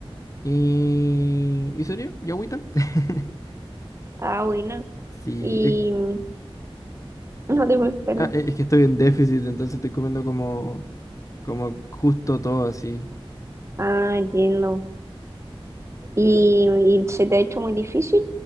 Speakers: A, on the left (about 35°); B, on the right (about 30°).
A: Y, y sería, y agüita. <laughs>
B: Ah, buena.
A: Sí,
B: Y
A: es
B: no te perdón.
A: Ah, e- es que estoy en déficit, entonces estoy comiendo como, como justo todo así.
B: Ah, entiendo. ¿Y, y se te ha hecho muy difícil?